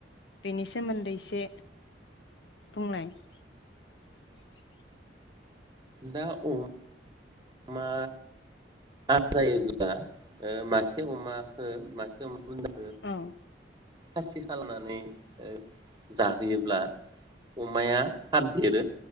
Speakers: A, on the left; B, on the right.
A: बेनि सोमोन्दै एसे बुंलाय। <inaudible>
B: दा अमा आजायोब्ला ओ मासे अमाखो मासे अमा बुन
A: औ
B: खासि खालामनानै ओ जाहोयोब्ला अमाया थाब देरो।